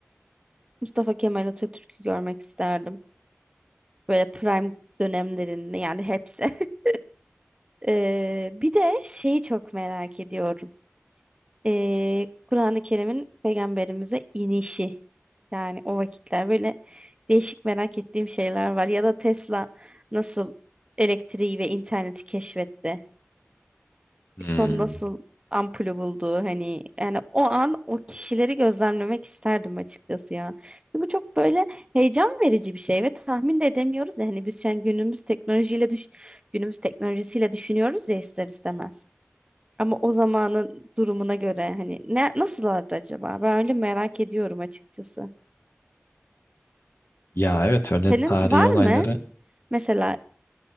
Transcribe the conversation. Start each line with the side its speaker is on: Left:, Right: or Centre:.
Right: Mustafa Kemal Atatürk'ü görmek isterdim. Böyle prime dönemlerinde yani hepsi. <laughs> Ee, bir de şeyi çok merak ediyorum. e, Kur'an-ı Kerim'in peygamberimize inişi. Yani o vakitler böyle değişik merak ettiğim şeyler var. Ya da Tesla nasıl elektriği ve interneti keşfetti?
Left: Hmm.
Right: Edison nasıl ampulü buldu? Hani yani o an o kişileri gözlemlemek isterdim açıkçası ya. Bu çok böyle heyecan verici bir şey ve tahmin de edemiyoruz ya. Hani biz şu an günümüz teknolojiyle düş günümüz teknolojisiyle düşünüyoruz ya ister istemez. Ama o zamanın durumuna göre hani ne nasıllardı acaba? Ben öyle merak ediyorum açıkçası.
Left: Ya evet öyle
Right: Senin
Left: tarihi
Right: var
Left: olayları
Right: mı mesela